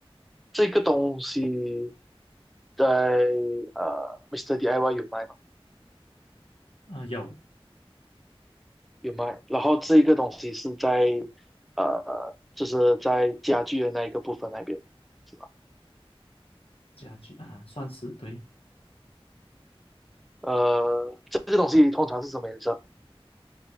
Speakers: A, in the centre; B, on the left (about 70°).
A: 这个东西在呃，Mr. i s t e DIY 有卖。
B: 啊、有
A: 有卖。然后这一个东西是在呃，就是在家具的那一个部分那边，是吧？
B: 家具啊，算是对，
A: 呃，这个东西通常是什么颜色？